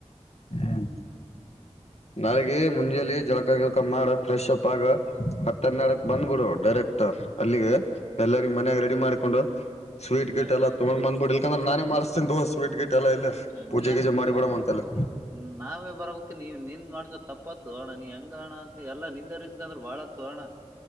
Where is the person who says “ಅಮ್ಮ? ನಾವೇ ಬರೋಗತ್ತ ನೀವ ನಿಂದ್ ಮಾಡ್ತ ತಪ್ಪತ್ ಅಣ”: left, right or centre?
Right